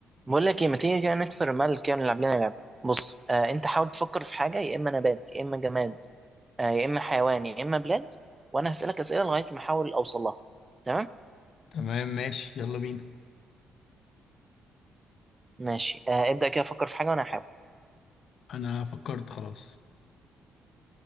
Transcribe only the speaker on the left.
تمام ماشي يلا بينا
انا فكرت خلاص